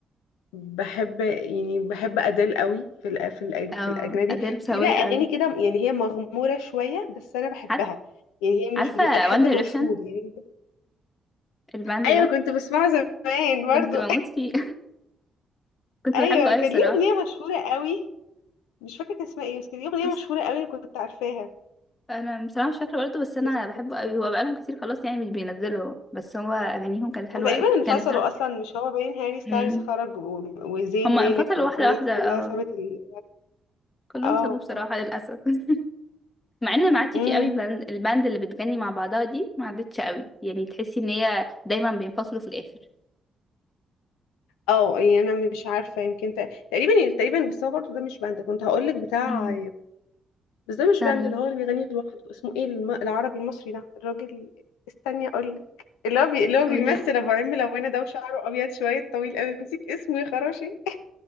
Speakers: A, on the left; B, on the left.
A: بحب يعني بحب ادل قوي في ال في ال
B: اه
A: في الاجنبي
B: اديل سوية
A: وفي بقى
B: قوي
A: اغاني كده يعني هي مغموره شويه بس انا بحبها
B: عارف
A: يعني هي
B: عارفه
A: مش بتبقى لحد
B: وان دايركشن
A: مشهور يعني
B: الباند
A: ايوه
B: ده
A: كنت بسمعه زمان برضو
B: كنت بموت فيه <laughs>
A: <laughs>
B: كنت
A: ايوه
B: بحبه قوي
A: كان
B: بصراحه
A: ليه اغنيه مشهوره قوي مش فاكرة كان اسمها ايه بس كانت دي أغنية
B: بس
A: مشهورة قوي أنا كنت عارفاها
B: انا بصراحه مش فاكره برضه بس انا
A: بس
B: بحبه قوي هو بقالهم كتير خلاص يعني مش بينزلوا بس هو اغانيهم كانت حلوه
A: هما تقريبا
B: قوي
A: انفصلوا
B: كان بصراحه
A: أصلا مش هو باين هاري ستايلز
B: مم.
A: خرج و- وزين
B: هما
A: مالك
B: انفصلوا
A: والناس
B: واحدة واحدة
A: دي كلها
B: اه
A: سابت ال
B: كلهم
A: اه
B: سابوه بصراحة للأسف <laughs> مع ان ما عادش
A: امم
B: فيه قوي بند الباند اللي بتغني مع بعضها دي ما عادتش قوي يعني تحسي ان هي دايما بينفصلوا في الآخر
A: اه يعني انا مش عارفة يمكن تق- تقريبا يعني تقريبا بس هو برضه ده مش باند كنت هقول لك بتاع
B: امم
A: بس ده مش
B: بتاع
A: باند
B: مين
A: ده هو اللي بيغني لوحده اسمه ايه الم... العربي المصري ده الراجل استني اقول لك اللي هو بي... اللي هو
B: قولي
A: بيمثل
B: لي.
A: ابو عم لونه ده وشعره ابيض شوية طويل انا نسيت اسمه يا خراشي